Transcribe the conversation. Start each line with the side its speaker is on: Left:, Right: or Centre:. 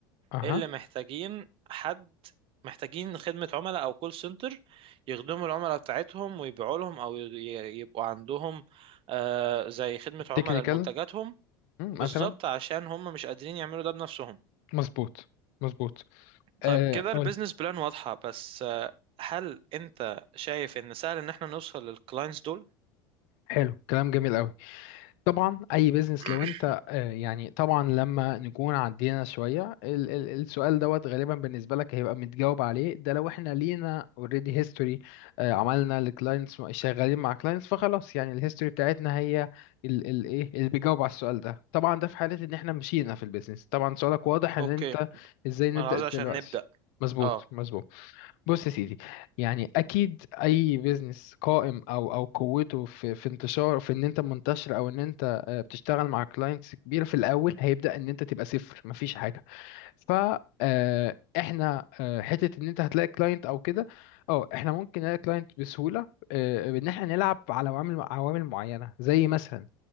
Left: اها
Right: اللي محتاجين حد محتاجين خدمة عملاء او كول سنتر يخدموا العملاء بتاعتهم ويبيعوا لهم او ي- يبقوا عندهم آه، زي خدمة عملاء
Left: تكنيكال
Right: لمنتجاتهم بالظبط
Left: مثلا
Right: عشان هم مش قادرين يعملوا ده بنفسهم
Left: مظبوط مظبوط
Right: طيب
Left: آه،
Right: كده
Left: قولي
Right: البيزنس بلان واضحة بس آه، هل انت شايف ان سهل ان احنا نوصل للكلاينتس دول
Left: حلو كلام جميل قوي طبعا اي بيزنس
Right: <clears throat>
Left: لو انت آه، يعني طبعا لما نكون عدينا شويه ال ال السؤال دوت غالبا بالنسبه لك هيبقى متجاوب عليه ده لو احنا لينا اوريدي هيستوري عملنا لكلاينتس شغالين مع كلاينتس فخلاص يعني الهيستوري بتاعتنا هي ال ال ايه اللي بيجاوب على السؤال ده طبعا ده في حاله ان احنا مشينا في البيزنس طبعا سؤالك واضح ان
Right: اوكي
Left: انت ازاي نبدا
Right: انا عاوز
Left: دلوقتي
Right: عشان نبدأ
Left: مظبوط
Right: اه
Left: مظبوط بص يا سيدي يعني اكيد اي بيزنس قائم او او قوته في في انتشار في ان انت منتشر او ان انت آه، بتشتغل مع كلاينتس كبيره في الاول هيبدا ان انت تبقى صفر مفيش حاجه ف آه، احنا آه، حته ان انت هتلاقي كلاينت او كده اه احنا ممكن نلاقي كلاينت بسهوله آه، ان احنا نلعب على عوامل عوامل معينه زي مثلا